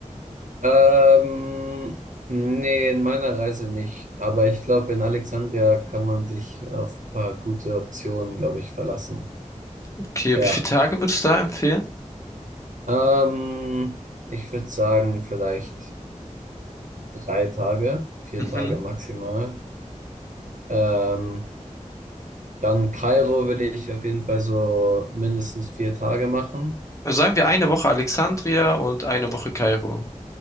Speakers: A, on the right (about 75°); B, on the left (about 25°).
A: Ähm, nee, in meiner Reise nicht. Aber ich glaube, in Alexandria kann man sich auf ein paar gute Optionen, glaube ich, verlassen.
B: Okay,
A: Ja.
B: wie viele Tage würdest du da empfehlen?
A: Ähm, ich würde sagen, vielleicht drei Tage, vier
B: Mhm.
A: Tage maximal. Ähm, dann Kairo will ich auf jeden Fall so mindestens vier Tage machen.
B: Also sagen wir eine Woche Alexandria und eine Woche Kairo.